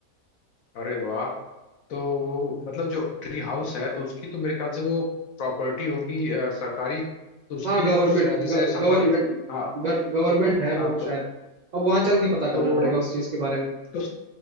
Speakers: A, on the left (about 75°); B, on the right (about 85°).
A: अरे वाह तो मतलब जो ट्री हाउस है तो उसकी तो मेरे ख्याल से वो प्रॉपर्टी होगी अ, सरकारी तो उसके
B: हाँ
A: लिए
B: गवर्नमेंट
A: कुछ अ, जैसे सफारी
B: गवर्नमेंट
A: हाँ
B: गवर्नमेंट है वो
A: हाँ
B: शायद
A: तो
B: अब वहाँ चल के पता करना
A: तो,
B: पड़ेगा उस चीज़ के बारे में
A: तो